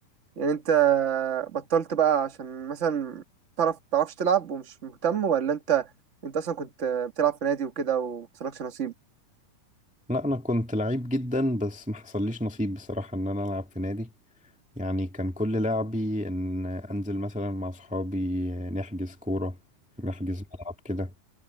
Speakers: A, on the right (about 50°); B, in the centre.
A: يعني انت بطلت بقى عشان مثلا تعرف تعرفش تلعب ومش مهتم ولا انت انت اصلا كنت بتلعب في نادي وكده ومحصلكش نصيب
B: لا أنا كنت لعيب جدا بس ما حصليش نصيب بصراحة إن أنا ألعب في نادي يعني كان كل لعبي ان انزل مثلا مع صحابي نحجز كورة نحجز ملعب كده